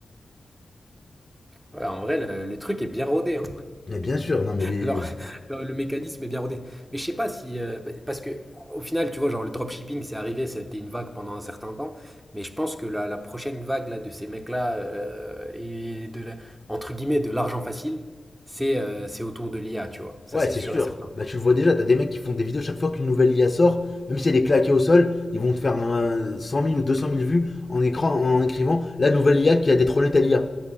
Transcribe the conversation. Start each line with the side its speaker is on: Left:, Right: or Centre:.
Right: Ouais, en vrai, le, le truc est bien rodé, hein.
Left: Mais bien sûr, non, mais les.
Right: Alors, non, <laughs> le mécanisme est bien rodé. Mais je sais pas si. euh, bah, parce que, au final, tu vois, genre le dropshipping, c'est arrivé, ça a été une vague pendant un certain temps. Mais je pense que la, la prochaine vague là, de ces mecs-là euh, et de la- entre guillemets, de l'argent facile, c'est euh, c'est autour de l'IA, tu vois. Ça,
Left: Ouais,
Right: c'est
Left: c'est
Right: sûr
Left: sûr.
Right: et certain.
Left: Bah, tu le vois déjà, t'as des mecs qui font des vidéos chaque fois qu'une nouvelle IA sort, même si elle est claquée au sol, ils vont te faire un 100 000 ou 200 000 vues en, écran, en écrivant la nouvelle IA qui a détrôné telle IA.